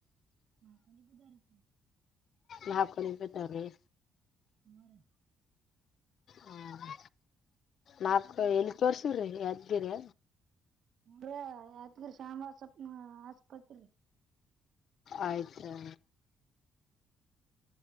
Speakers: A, on the right; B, on the left.
A: ನಾಕ್ಒಲಿಬಿದ್ದವ್ ರಿ
B: ನಾಕ್ಒಲಿಬಿದ್ದವ್ ರಿ
A: ಹಾ ರಿ
B: ಹ್ಮಾ ನಾಕ್ ಎಲ್ಲಿ ತೋರ್ಸಿವ್ರಿ ಯದಗಿರಿ
A: ಹು ರ್ರಿ ಯತ್ಗಿರಿ ಶಾಮಾ ಅಸಪ್ ಆಸ್ಪತ್ರಿ
B: ಆಯ್ತಾ